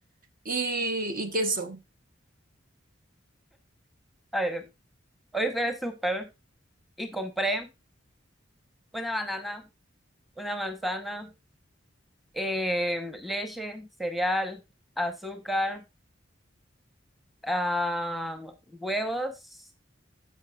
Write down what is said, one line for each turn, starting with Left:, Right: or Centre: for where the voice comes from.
Right: y, y queso.
Centre: A ver, hoy fui al súper y compré una banana, una manzana, em, leche, cereal, azúcar, am, huevos,